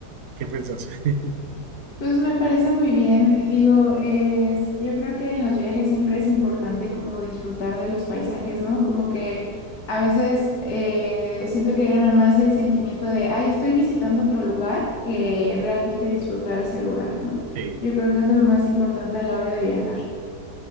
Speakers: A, on the right (about 50°); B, on the left (about 65°).
A: ¿Qué pensás? <laughs>
B: Pues me parece muy bien. Digo, es, yo creo que en los viajes siempre es importante como disfrutar de los paisajes, ¿no? Como que a veces eh, siento que gana más el sentimiento de, ay, estoy visitando otro lugar que realmente disfrutar ese lugar, ¿no?
A: Sí.
B: Yo creo que eso es lo más importante a la hora de viajar.